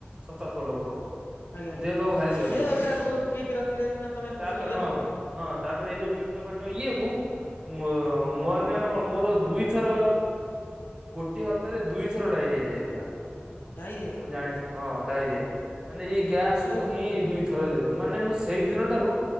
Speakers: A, on the right; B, on the left.
A: ସତର୍କ ଲୋକ
B: ଆଜ୍ଞା ଆଜ୍ଞା।
A: ଦେହ ପାହା କୁ ଭାରି ଜଗେ
B: ଦେହ ଟାକୁ ଠିକ୍ ରଖିଲେ ସିନା ତମେ ଖୁସିରେ
A: ତାପରେ
B: ରହିବ
A: ହଁ ହଁ ତାପରେ ଏଇ ଯୋଉ ପେଟ ଫେଟ ଇଏ କୁ ମୁଁ ମାନେ କଣ ମୋର ଦୁଇଥର ଗୋଟିଏ ହପ୍ତାହରେ ଦୁଇଥର ଡାଇରିଆ ହେଇଯାଇଥିଲା।
B: ଡାଇରିଆ।
A: ଜାଣିଛ ହଁ ଡାଇରିଆ ମାନେ ଏଇ
B: ତମେ
A: ଗ୍ୟାସ
B: ତାହେଲେ
A: ରୁ ହିଁ ଦୁଇ ଥର ଦେଇଦ ମାନେ ମୁଁ ସେଇ ଦିନ ଠାରୁ